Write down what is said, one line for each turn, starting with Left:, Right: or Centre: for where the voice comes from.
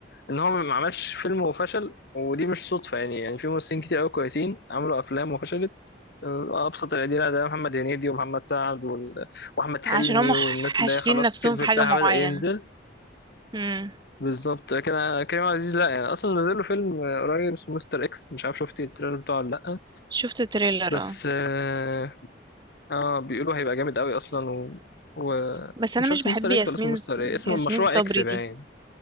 Left: ان هو ما عملش فيلم وفشل ودي مش صدفة يعني يعني في ممثلين كتير قوي كويسين عملوا افلام وفشلت آه، ابسط الادله ده محمد هنيدي ومحمد سعد وال- واحمد حلمي
Right: عشان هم
Left: والناس
Right: حاشرين
Left: اللي هي خلاص
Right: نفسهم
Left: الكيرف
Right: في
Left: بتاعها
Right: حاجة معينة
Left: بدأ ينزل
Right: امم
Left: بالظبط لكن أنا- كريم عزيز لا يعني اصلا نزل له فيلم قريب اسمه مستر اكس مش عارف شفتي التريلر بتاعه ولا لا
Right: شفت تريلر
Left: بس
Right: اه
Left: اه آه، بيقولوا هيبقى جامد قوي اصلا و... و...
Right: بس انا
Left: مش
Right: مش
Left: عارف اسمه
Right: بحب
Left: مستر
Right: ياسمين
Left: اكس ولا اسمه مستر ايه اسمه
Right: ياسمين
Left: مشروع
Right: صبري
Left: اكس باين
Right: دي